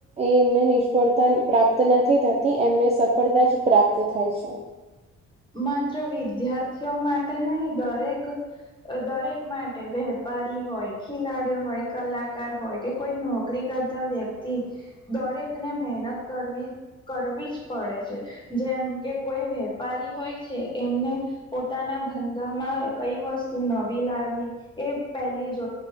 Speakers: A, on the right; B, on the left.
A: એ એમને નિષ્ફળતા પ્રાપ્ત નથી થતી એમને સફળતા જ પ્રાપ્ત થાય છે
B: માત્ર વિદ્યાર્થીઓ માટે નહીં દરેક દરેક માટે વેપારી હોય ખેલાડીઓ હોય કલાકાર હોય કે કોઈ નોકરી કરતા વ્યક્તિ દરેકને મહેનત કરવી કરવી જ પડે છે જેમ કે કોઈ વેપારી હોય છે એમને પોતાના ધંધામાં કઈ વસ્તુ નવી લાવી એ પહેલી જ